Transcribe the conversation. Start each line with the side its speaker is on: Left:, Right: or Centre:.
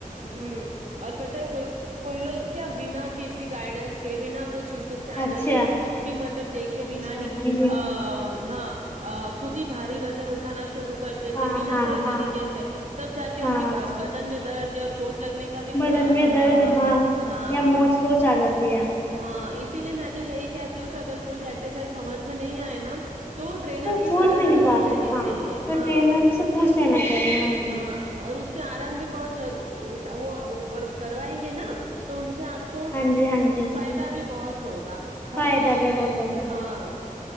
Right: ہوں اور پت ہے کوئی کوئی لوگ کیا بنا کسی گائیڈنس کے بنا کچھ یوٹیوب
Left: ہے
Right: چینل
Left: اچھا
Right: دیکھے کچھ بھی مطلب دیکھے بنا
Left: اچھا
Right: ہی
Left: جی
Right: ا ہاں خود ہی باری وزن اٹھانا شرو کرتے
Left: ہاں
Right: تھے بنا
Left: ہاں
Right: صحیح
Left: ہاں
Right: طریقے سے تب جا کے ان
Left: ہاں
Right: کی بدن میں درد یا چوٹ لگنے کا بھی
Left: بدن میں
Right: سبا
Left: درد
Right: ہ
Left: ہاں
Right: ہاں
Left: یا موچ ووچ آ جاتی ہے
Right: ہاں اسی لیے میں تو یہی کہتی ہوں کہ اگر کوچھ ایکسرسائز سمجھ میں نہیں آئے نا ن تو ٹرینر کی
Left: فون
Right: سلاح
Left: میں
Right: ضرور
Left: نکالو
Right: لینی
Left: ہاں
Right: چاہیے
Left: تو
Right: ہاں
Left: ٹرینر سے پوچھ لینا چاہیے
Right: ہاں
Left: جی
Right: اور اس سے آرام بھی بہت ضروری وہ کروائیں گے نا تو ان سے سے آپ کو
Left: ہاں جی ہاں جی
Right: فائدہ بھی بہت ہوگا ہر
Left: فائدہ بھی ہوت ہوگا
Right: ہاں